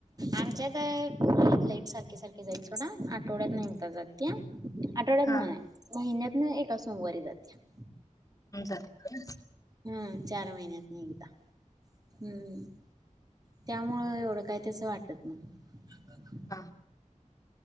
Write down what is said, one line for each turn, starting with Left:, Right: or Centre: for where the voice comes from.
Right: आमच्याइथे लाईट सारखी सारखी जाय आ आठवड्यात नाही जात आठवड्यात
Left: हा
Right: नाही नाही महिन्यात ना एका सोमवारी जातीय
Left: हो ते ना
Right: हम्म चार महिन्यात न एकदा हम्म.. त्यामुळं एवढं काय तस वाटत नाही
Left: हा